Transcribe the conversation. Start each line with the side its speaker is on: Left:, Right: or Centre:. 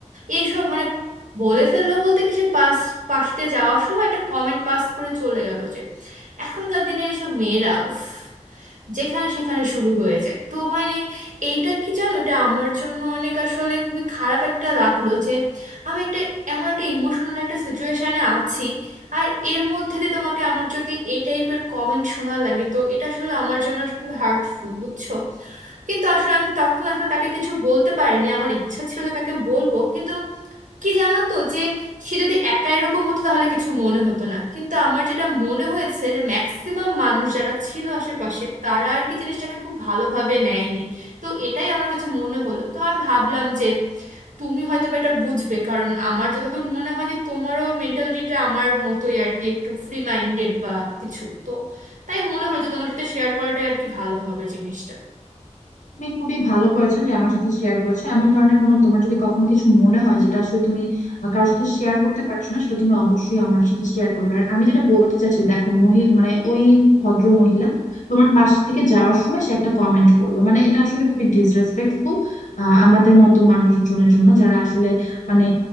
Right: এইসব মানে বলে ফেললো বলতে কি সে পাস পাশ দিয়ে যাওয়ার সময় একটা কমেন্ট পাস করে চলে গেল যে এখনকার দিনের এসব মেয়েরা উফ যেখানে সেখানে শুরু হয়ে যায় তো মানে এইটা কি জানো এটা আমার জন্য অনেক আসলে খুবই খারাপ একটা লাগলো যে আমি একটা এমন একটা ইমোশনাল একটা সিচুয়েশনে আছি আর এর মধ্যে দিয়ে তোমাকে আমার যদি এই টাইপের কমেন্ট শোনা লাগে তো এটা আসলে আমার জন্য আসলে খুব হার্টফুল বুঝছো কিন্তু আসলে আমি তখন আসলে তাকে কিছু বলতে পারিনি আমার ইচ্ছা ছিল যে তাকে বলবো কিন্তু কি জানো তো যে সে যদি একা এরকম হতো তাহলে কিছু মনে হতো না কিন্তু আমার যেটা মনে হয়েছে যে ম্যাক্সিমাম মানুষ যারা ছিল আশেপাশে তারা আর কি জিনিসটাকে খুব ভালোভাবে নেয়নি তো এটাই আমার কাছে মনে হলো তো আমি ভাবলাম যে তুমি হয়তো বা এটা বুঝবে কারণ আমার যতদূর মনে হয় যে তোমারও মেন্টালিটিটা আমার মতোই আর কি একটু ফ্রি মাইন্ডেড বা কিছু তো তাই মনে হলো যে তোমার সাথে শেয়ার করাটাই আর কি ভালো হবে জিনিসটা
Left: তুমি খুবই ভালো করেছো যে আমার সাথে শেয়ার করেছো এমন ধরনের কোনো তোমার যদি কখনো কিছু মনে হয় যেটা আসলে তুমি আহ, কারোর সাথে শেয়ার করতে পারছো না সেটা তুমি অবশ্যই আমার সাথে শেয়ার করবে আর আমি যেটা বলতে চাচ্ছি দেখো মহি মানে ওই ভদ্র মহিলা তোমার পাশ থেকে যাওয়ার সময় সে একটা কমেন্ট করলো মানে এটা আসলে খুবই ডিসরেসপেক্টফুল আমাদের মতো মানুষজনের জন্য যারা আসলে মানে